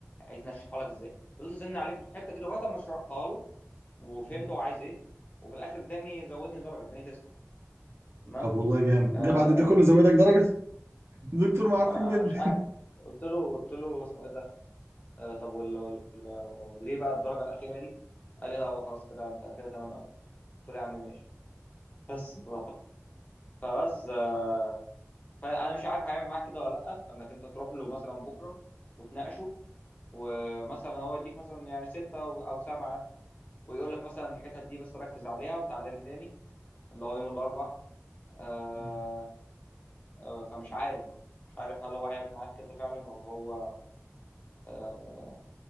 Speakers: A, on the left (about 30°); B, on the right (about 55°).
A: عايزني اشرحها لك ازاي فضلت ازن عليه في الحته دي لغايه ما شرحتها له وفهمت
B: مم.
A: هو عايز ايه وفي الاخر اداني زودني درجه اداني تسعه تمام
B: طب والله جامد
A: آه
B: ده ده بعد ده كله زودك درجة <laughs> دكتور معفن
A: آه،
B: جدا
A: مش عارف قلت له قلت له اسمه ايه ده آه طب وال... وال... وال- ليه بقى الدرجه الاخيره دي قال لي لا هو خلاص كده انت كده تمام قوي قلت له يا عم ماشي بس ف... فبس آه، فانا مش عارف هيعمل معاك كده ولا لا انك انت تروح له مثلا بكره وتناقشه ومثلا هو يديك مثلا يعني سته او أو سبعه ويقول لك مثلا الحتت دي بس ركز عليها وتعالى لي تاني اللي هو يوم الاربعاء آه...
B: مم.
A: آه، فمش عارف بقى مش عارف هل هو هيعمل معاك كده فعلا ولا هو آه،